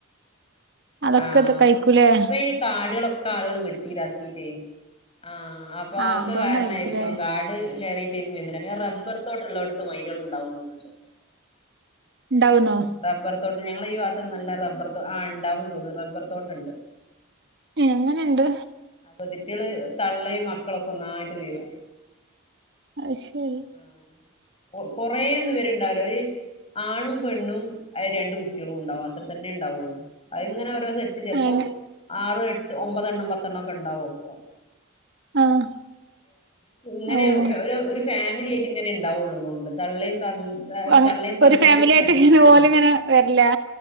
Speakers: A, on the right (about 55°); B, on the left (about 25°).
A: അതൊക്കെ
B: ആഹ
A: ഇത് കഴിക്കൂലേ
B: ഇപ്പൊ ഇനി കാടുകളൊക്കെ ആളുകൾ വെട്ടി ഇതാക്കീട്ടേ ആഹ അപ്പൊ അവക്കെ
A: ആഹ് അതുകൊണ്ടായിരിക്കൂലേ
B: കാരണായിരിക്കും കാട് കയറി വന് റബ്ബർ തോട്ടുള്ളള്ള ഇടത്തും മയലുകൾ ഉണ്ടാവുന്നന്നുന്നുണ്ട്
A: ഉണ്ടാവുന്നോ
B: റബ്ബർ തോട്ട് ഞങ്ങ ഈ വാത്തക്ക് നല്ല റബ്ബർ ആ ഉണ്ടാവും തോന്നുന്നു റബ്ബർ തോട്ടുണ്ട്
A: ഏഹ് അങ്ങനെണ്ട്
B: അവധി കുട്ടികള് തള്ളയും മക്കളൊക്കെ ഒന്നായിട്ട് വീരും
A: അത് ശരി
B: <unintelligible> കൊറേ ഒന്നും പര്ണ്ടാവില്ല ഒരുര് ആണും പെണ്ണും രണ്ടണ്ട് കുട്ടികളും ഉണ്ടാവും അത്ര തന്നെ ഉണ്ടാവുള്ളു അത് ഇങ്ങനെ ഓരോ ചിലപ്പോ
A: അങ്ങനെ
B: ആറ് എട്ട് ഒമ്പതെണ്ണം പത്തെണ്ണം മോക്കെ ഉണ്ടാവുമോ കുപ്പ
A: ആഹ്
B: ഇങ്ങനെ
A: ഓഹ്
B: ഒരു ഫാൻ ഫ ആയി് ഇങ്ങനെ ഉണ്ടാവുകുള്ളള്ളത കൊണ്ട് തള്ള
A: അങ്ങ്
B: തള്ളയും തന്തയും
A: ഒരു ഫാമിലി ആയിട്ട്
B: രണ്ട
A: ഇങ്ങനെ
B: കുട്ടും
A: ഓലിങ്ങനെ വരില്ലേ